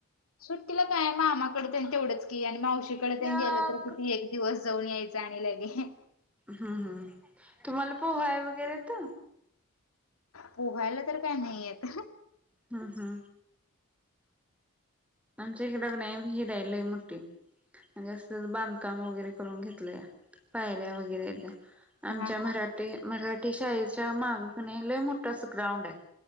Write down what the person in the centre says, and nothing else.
नक
हम् हम्! तुम्हाला पोहाय वगैरे येत?
हा हा! आमच्या इकडे कनाय विहीर आहे लई मोठी म्हणजे असं तेज बांधकाम वगैरे करून घेत लय पायऱ्या वगैरे
आमच्या
मरा ठी, मराठी शाळेच्या माग कनाय लय मोठ आस ग्राउंड आहे